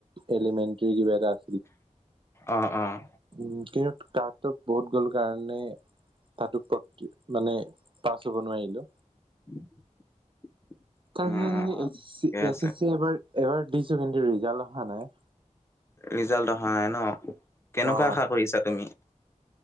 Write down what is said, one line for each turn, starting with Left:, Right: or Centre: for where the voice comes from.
Right: এলিমেন্টৰ কিবা এটা আ
Left: অহ - অহ।
Right: উম, কিন্তু কাতো বহুত গ'ল কাৰণে তাতো মানে পাছ হ'ব নোৱাৰিলো।
Left: <inaudible>
Right: তাৰ
Left: অ',
Right: পিছত
Left: ঠিকে
Right: এ
Left: আছে
Right: - এছিব এবাৰ দিছো কিন্তু ৰিজাল অহা নাই।
Left: ৰিজাল্ট অহা নাই ন কেনেকুৱা
Right: অ
Left: আশা কৰিছা তুমি?